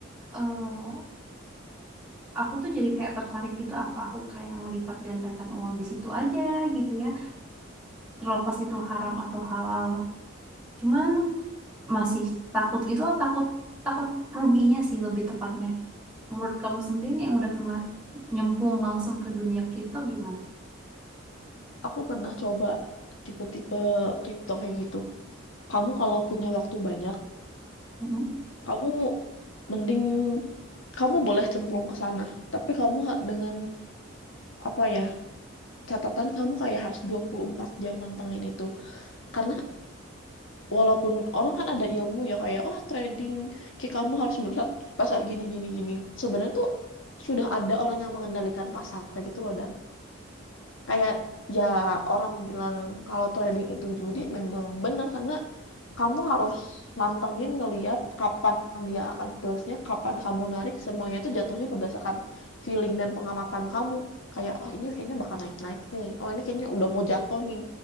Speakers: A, in the centre; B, on the left (about 70°).
A: eh, aku tuh jadi kayak tertarik gitu. Apa aku kayak melipat gandakan uang di situ aja gitu ya. Terlepas itu haram atau halal. Cuman masih takut gitu loh. Takut, takut ruginya sih lebih tepatnya. Menurut kamu sendiri yang udah pernah nyemplung langsung ke dunia kripto gimana?
B: Aku pernah coba tipe-tipe kripto kayak gitu. Kamu kalau punya waktu banyak,
A: Mm-mm.
B: kamu mending kamu boleh cemplung ke sana. Tapi kamu ha- dengan apa ya? Catatan kamu kayak harus 24 jam mantengin itu. Karena walaupun orang kan ada ilmu ya kayak oh trading kayak kamu harus melihat pasar gini gini gini. Sebenarnya tuh sudah ada orang yang mengendalikan pasar gitu loh dan kayak ya orang bilang kalau trading itu judi memang benar karena kamu harus mantengin ngeliat kapan dia akan plusnya, kapan kamu narik, semuanya itu jatuhnya berdasarkan feeling dan pengamatan kamu. Kayak, oh ini kayaknya bakal naik-naik nih, oh ini kayaknya udah mau jatuh nih,